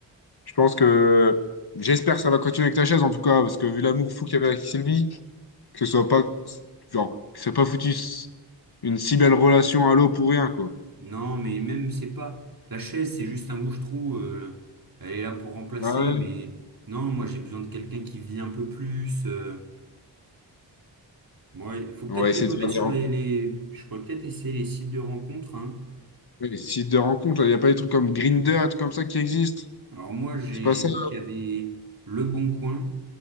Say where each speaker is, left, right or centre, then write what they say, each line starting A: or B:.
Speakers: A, on the left; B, on the right.
A: Je pense que. J'espère que ça va continuer avec ta chaise, en tout cas, parce que vu l'amour fou qu'il y avait avec Sylvie. Que ce soit pas, genre, que ça ait pas foutu s- une si belle relation à l'eau pour rien, quoi.
B: Non, mais même, c'est pas. La chaise, c'est juste un bouche-trou. euh, elle est là pour remplacer,
A: Ouais, ouais.
B: mais non, moi, j'ai besoin de quelqu'un qui vit un peu plus. euh. moi, il faut
A: On
B: peut-être
A: va
B: que
A: essayer
B: je me
A: de faire
B: mette sur
A: des rencontres,
B: les, les- Je pourrais peut-être essayer les sites de rencontres. hein.
A: ouais, des sites de rencontres, là. Il n'y a pas des trucs comme Grindr, des trucs comme ça qui existent.
B: Alors, moi, j'ai
A: C'est pas
B: j'ai
A: ça.
B: vu qu'il y avait Le Bon Coin.